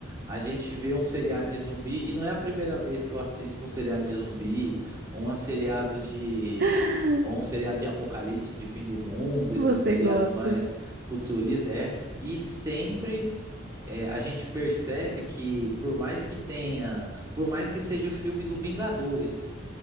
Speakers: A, on the right (about 15°); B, on the right (about 50°).
A: A gente vê um seriado de zumbi, e não é a primeira vez que eu assisto um seriado de zumbi, ou um seriado de,
B: <laughs>
A: ou um seriado de apocalipse, de fim do mundo,
B: Você
A: esses seriados
B: gosta.
A: mais futuristas, é, e sempre é, a gente percebe que por mais que tenha, por mais que seja o filme do Vingadores,